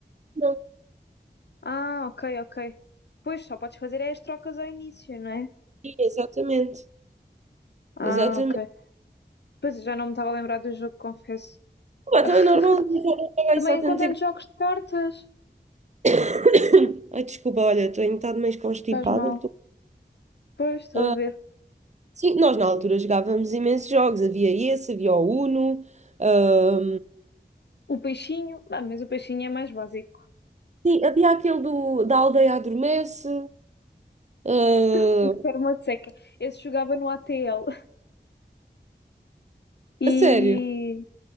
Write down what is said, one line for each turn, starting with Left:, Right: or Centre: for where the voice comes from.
Right: Não.
Left: Ah, ok, ok. Pois, só podes fazer é as trocas ao início, não é?
Right: Sim, Exatamente.
Left: Ah,
Right: Exatamente.
Left: ok. Pois, já não me estava a lembrar do jogo, confesso.
Right: Ah,
Left: <laughs>
Right: então é normal eu já não jogar
Left: Também
Right: isso há tanto
Left: encontrando
Right: tempo.
Left: jogos de cartas.
Right: <coughs> Ai, desculpa, olha, estou um bocado meio constipada.
Left: Faz mal.
Right: Tô-
Left: Pois, estou
Right: Ah,
Left: a ver.
Right: sim, nós na altura jogávamos imensos jogos. Havia esse, havia o Uno. ah,
Left: O peixinho, ah, mas o peixinho é mais básico.
Right: Sim, havia aquele do, da aldeia adormece. ah,
Left: <laughs> perma de seca. Esse jogava no ATL. E
Right: a sério?